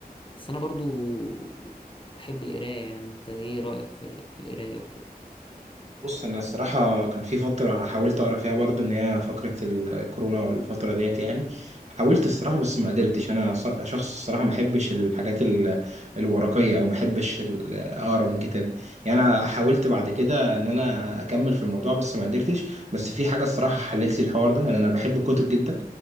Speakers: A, on the left; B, on the right.
A: بس انا برضو بحب القراية يعني انت ايه رأيك في في القراية وكده
B: بص انا الصراحه كان في فتره حاولت اقرا فيها برضو ان هي فقره الكورونا والفتره ديت يعني حاولت الصراحه بس ما قدرتش انا ص- شخص الصراحه ما احبش الحاجات ال- الورقيه او ما احبش ال- اقرا من كتاب يعني انا حاولت بعد كده ان انا اكمل في الموضوع بس ما قدرتش بس في حاجه الصراحه حلت لي الحوار ده ان انا بحب الكتب جدا